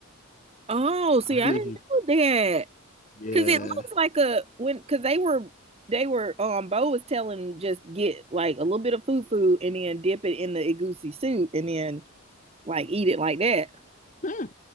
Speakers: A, on the right; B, on the left.
A: Oh, see,
B: I don't
A: I
B: know
A: didn't
B: if you,
A: know that.
B: yeah.
A: Cause it looks like a when cause they were they were um Bo was telling them just get like a little bit of foo foo and then dip it in the egusi soup and then like eat it like that.
B: Yeah.